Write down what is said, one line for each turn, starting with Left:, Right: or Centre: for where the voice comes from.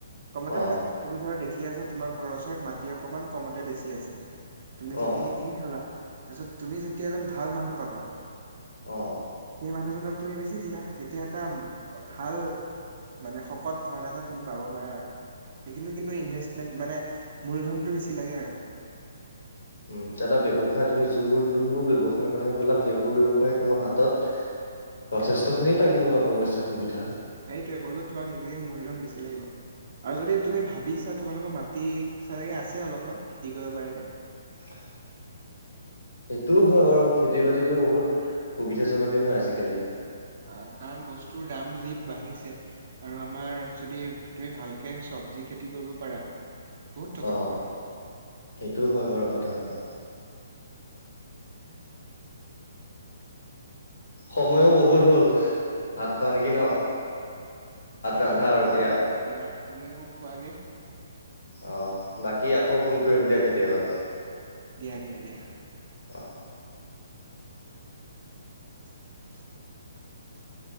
Right: কমতে
Left: অ
Right: মানে তুমি ধৰা, দেখি আছা তোমাৰ ঘৰৰ ওচৰত মাটি অকমান কমতে বেছি আছে। তুমি সেইখিনি
Left: অ
Right: কিনি থলা। তাৰপিছত তুমি যেতিয়া এজন ভাল মানুহ পাবা
Left: অ।
Right: সেই মানুহজনক তুমি বেছি দিলা। তেতিয়া এটা ভাল মানে শকত ধন এটা তুমি পাব পাৰা। আৰু সেইখিনি কিন্তু ইনভেষ্টমেণ্ট মানে মূলধনটো বেছি লাগে আৰু।
Left: উম, দাদা ব্যৱসায় তুমি যোন যোনবোৰ ব্যৱসায় কথা ক'লা, সেইবোৰ ব্যয়ৱসায় তোমাৰ হাতত যথেষ্টখিনি লাগিব টকা পইচা সুবিধা।
Right: এইটোৱে কলো তোমাক সেইখিনিৰ মূলধন বেছি লাগিব। আৰু যদি তুমি ভাবিছা, তোমালোকৰ মাটি চালৈকে আছে অলপমান খেতি কৰিব পাৰকে।
Left: <inaudible> সেইটোও হয় বাৰু। খেতি বাতিতো বহুত সুবিধাজনকে হয় আজিকালি।
Right: আহ কাৰণ বস্তুৰ দাম যি বাঢ়িছে। আৰু আমাৰ যদি তুমি ভালকৈ চব্জি খেতি কৰিব পাৰা বহুত টকা
Left: অ
Right: পাবা
Left: সেইটো হয় বাৰু কথাষাৰ। সময়ো বহুত হ'ল, ভাত খোৱা নেকি ন?
Right: ভাত
Left: ৰান্ধা আৰু
Right: খাওঁগে
Left: দিয়া
Right: আৰু দিয়া। তুমিও খোৱাগে।
Left: অ, বাকী আকৌ ফোন কৰিম দিয়া, কেতিয়াবা।
Right: দিয়া- দিয়া- দিয়া।
Left: অ
Right: <unintelligible>